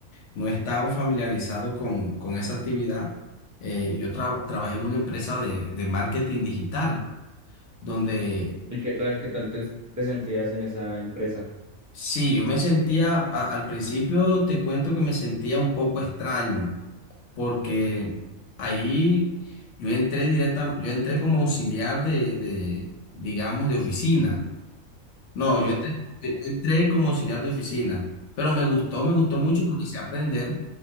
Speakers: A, on the left; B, on the right.
A: no estaba familiarizado con, con esa actividad. Eh, yo tra- trabajé en una empresa de, de marketing digital, donde
B: y qué tal, qué tal te, te sentías en esa empresa.
A: sí, yo me sentía, a- al principio te cuento que me sentía un poco extraño porque ahí yo entré directa, yo entré como auxiliar de, de, digamos, de oficina. No, yo entré, yo entré como auxiliar de oficina, pero me gustó, me gustó mucho porque empecé a aprender